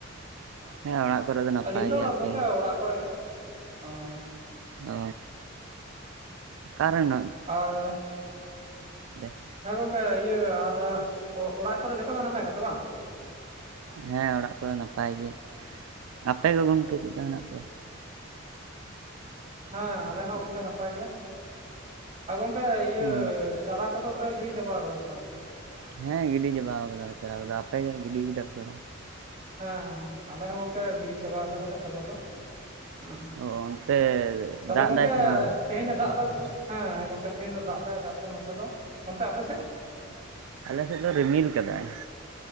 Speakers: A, on the right (about 80°); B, on the right (about 35°).
A: ᱦᱮᱸ ᱚᱲᱟᱜ ᱠᱚᱨᱮ ᱱᱟᱯᱟᱭ
B: ᱟᱹᱞᱤᱧ ᱫᱚ
A: ᱜᱮ ᱟᱯᱮ
B: ᱜᱚᱝᱠᱮ
A: ᱜᱮ
B: ᱚᱲᱟᱜ ᱠᱚᱨᱮ ᱜᱮ ᱚᱻ
A: ᱚ ᱚᱠᱟᱨᱮ ᱢᱮᱱᱟᱜ
B: ᱟᱨ
A: ᱯᱮ
B: ᱦᱮᱸ ᱜᱚᱝᱠᱮ ᱤᱭᱟᱹ ᱟᱨ ᱚᱲᱟᱜ ᱠᱚᱨᱮ ᱡᱷᱚᱛᱚ ᱜᱮ ᱱᱟᱯᱟᱭ ᱜᱮᱛᱚ ᱵᱟᱝ
A: ᱦᱮᱸ ᱚᱲᱟᱜ ᱠᱚᱨᱮ ᱱᱟᱯᱟᱭ ᱜᱮ ᱟᱯᱮ ᱜᱮ ᱜᱚᱝᱠᱮ ᱪᱮᱫ ᱞᱮᱠᱟ ᱢᱮᱱᱟᱜ ᱯᱮᱭᱟ
B: ᱦᱟᱸ ᱟᱞᱮ ᱦᱚᱸ ᱜᱚᱝᱠᱮ ᱱᱟᱯᱟᱭ ᱜᱮ ᱟ ᱜᱚᱝᱠᱮ ᱤᱭᱟᱹ
A: ᱚ
B: ᱪᱟᱨᱟ ᱠᱚᱫᱚ ᱯᱮ ᱜᱤᱲᱤ ᱪᱟᱵᱟ ᱠᱟᱫᱟ ᱥᱮ ᱵᱟᱝ
A: ᱦᱮᱸ ᱜᱤᱰᱤ ᱪᱟᱵᱟᱣ ᱠᱟᱫᱟᱞᱮ <inaudible> ᱟᱯᱮ ᱜᱮ ᱜᱤᱰᱤ ᱠᱮᱫᱟ ᱯᱮᱥᱮ ᱵᱟᱝ
B: ᱦᱟᱸ ᱦᱟᱸ ᱟᱞᱮ ᱦᱚᱸ ᱜᱚᱝᱠᱮ ᱜᱤᱰᱤ ᱪᱟᱵᱟ ᱠᱟᱫᱟᱞᱮ ᱪᱟᱵᱟ ᱫᱚ <unintelligible>
A: ᱚ ᱚᱱᱛᱮ
B: ᱛᱟᱦᱚᱞᱮ
A: ᱫᱟᱜ
B: ᱜᱚᱝᱠᱮ
A: ᱫᱟᱭ ᱥᱮ ᱵᱟᱝ
B: ᱛᱮᱦᱮᱧ ᱫᱟᱜ ᱫᱟᱭ ᱥᱮ ᱦᱮᱸ ᱜᱚᱝᱠᱮ ᱛᱮᱦᱮᱧ ᱫᱚ ᱫᱟᱜ ᱫᱟᱭ ᱫᱟᱜ ᱫᱟ ᱱᱚᱛᱮ ᱫᱚ ᱚᱱᱛᱮ ᱟᱯᱮᱥᱮᱫ
A: ᱟᱞᱮ ᱥᱮᱫ ᱫᱚ ᱨᱤᱢᱤᱞ ᱠᱟᱫᱟᱭ